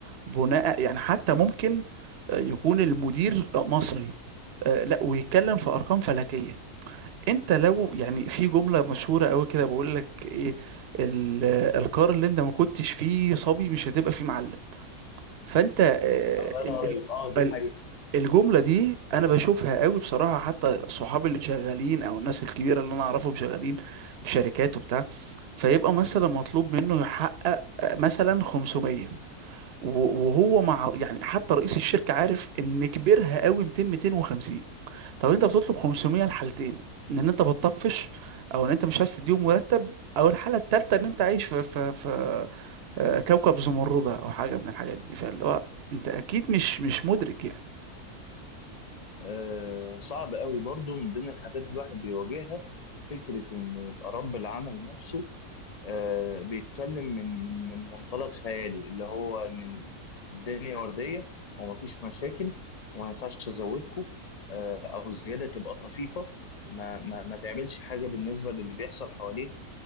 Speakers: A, on the right; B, on the left.
A: بناء يعني حتى ممكن آه، يكون المدير مصري آه، لا ويتكلم في ارقام فلكية انت لو يعني في جملة مشهورة قوي كده بقول لك ايه ال- القار اللي انت ما كنتش فيه صبي مش هتبقى فيه معلم فانت آه،
B: الله ينور
A: ال- ال-
B: عليك اه دي
A: ال-
B: حقيقة
A: الجملة دي انا بشوفها قوي بصراحة حتى صحابي اللي شغالين او الناس الكبيرة اللي انا اعرفهم شغالين في شركات وبتاع فيبقى مثلا مطلوب منه يحقق آه، مثلا 500 و- وهو مع يعني حتى رئيس الشركة عارف ان كبرها قوي 200 250 طب انت بتطلب 500 الحالتين ان انت بتطفش او ان انت مش عايز تديهم مرتب او الحاله التالته ان انت عايش في في في آه، كوكب زمردة او حاجه من الحاجات دي فاللي هو انت اكيد مش مش مدرك يعني
B: آه، صعب قوي برضو من ضمن الحاجات اللي الواحد بيواجهها فكرة إن يبقى رب العمل نفسه آه، بيتكلم من من من منطلق خيالي اللي هو إن الدنيا وردية ومفيش مشاكل وما ينفعش تزودكم آه، أو الزيادة تبقى طفيفة ما ما ما تعملش حاجة بالنسبة للي بيحصل حواليك